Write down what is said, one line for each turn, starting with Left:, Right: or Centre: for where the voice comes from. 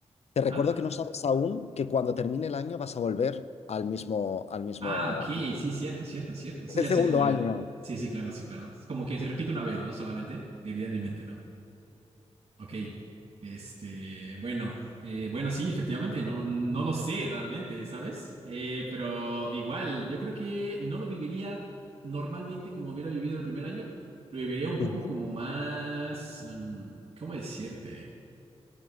Left: te
Right: Ajá.
Left: recuerdo que no sabes aún que cuando termine el año vas a volver al mismo, al mismo.
Right: Ah, ok, sí, cierto, cierto, cierto. Eso
Left: Es el
Right: ya
Left: segundo
Right: sería como el...
Left: año.
Right: Sí, sí, claro, sí, claro. Es Como que se repite una vez, ¿no? Solamente, diría en mi mente, ¿no? Ok, este, bueno, eh, bueno, sí, efectivamente, no, no lo sé realmente, ¿sabes? Eh, pero igual, yo creo que no lo viviría normalmente como hubiera vivido el primer año, lo viviría un poco
Left: Ujú,
Right: como más, mm, ¿cómo decirte?